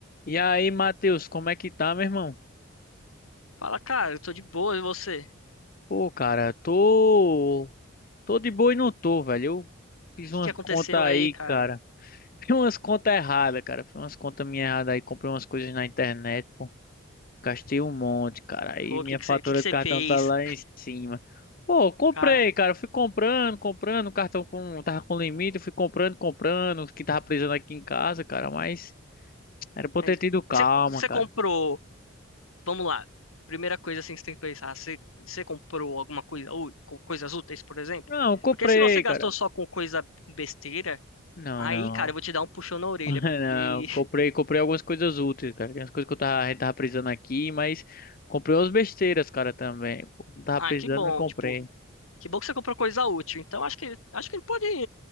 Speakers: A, on the left; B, on the left.
A: E aí, Matheus, como é que tá, meu irmão?
B: Fala, cara, eu tô de boa, e você? O
A: Pô, cara, tô. Tô de boa e não tô, velho. Eu fiz
B: que
A: umas
B: que aconteceu
A: contas aí,
B: aí, cara?
A: cara. <laughs> Fiz umas contas erradas, cara. Fiz umas contas minhas erradas aí. Comprei umas coisas na internet, pô. Gastei um monte, cara. Aí
B: Pô, o
A: minha
B: que que você,
A: fatura
B: o que que você
A: do cartão
B: fez,
A: tá lá em cima. Pô, comprei,
B: cara?
A: cara. Fui comprando, comprando. O cartão com... tava com limite. eu Fui comprando, comprando. O que tava precisando aqui em casa, cara. Mas era pra
B: E
A: eu
B: aí,
A: ter tido calma,
B: Você, você
A: cara.
B: comprou, vamos lá, primeira coisa assim que você tem que pensar, você, você comprou alguma coisa, ou co- coisas úteis, por exemplo?
A: Não, comprei,
B: Porque se você gastou
A: cara.
B: só com coisa, com besteira,
A: Não,
B: aí,
A: não.
B: cara, eu vou te dar um puxão na orelha,
A: <laughs>
B: porque,
A: Não, comprei,
B: <laughs>
A: comprei algumas coisas úteis, cara. Tem umas coisas que eu tava, a gente tava precisando aqui, mas comprei umas besteiras, cara, também. Pô, Não tava
B: ah,
A: precisando,
B: que bom,
A: me comprei.
B: tipo, que bom que você comprou coisa útil, então acho que, acho que ele pode